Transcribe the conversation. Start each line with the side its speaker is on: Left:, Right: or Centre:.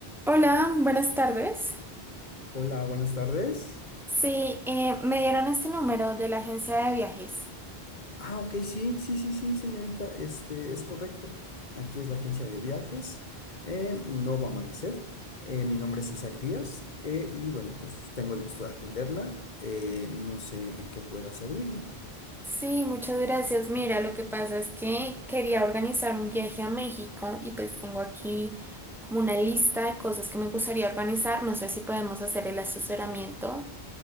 Centre: Hola, buenas tardes.
Left: Hola, buenas tardes.
Centre: Sí, eh, me dieron este número de la agencia de viajes.
Left: Ah, ok, sí, sí, sí, sí, señorita, este es correcto. Aquí es la agencia de viajes. Eh, no va a amanecer. Eh, mi nombre es Isaac Díaz eh, y bueno, pues tengo el gusto de atenderla. Eh, no sé en qué pueda servirle.
Centre: Sí, muchas gracias. Mira, lo que pasa es que quería organizar un viaje a México y pues tengo aquí como una lista de cosas que me gustaría organizar. No sé si podemos hacer el asesoramiento.